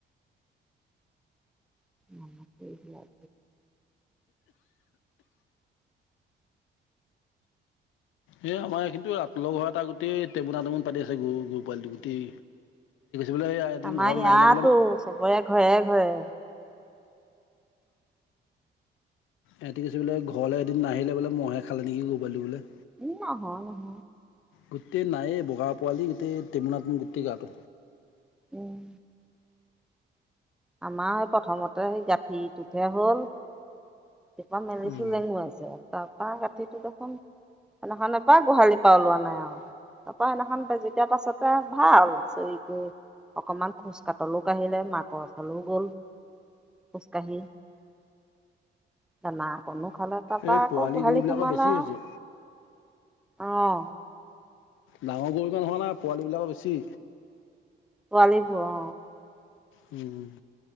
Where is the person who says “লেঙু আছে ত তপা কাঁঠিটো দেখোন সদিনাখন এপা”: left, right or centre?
Centre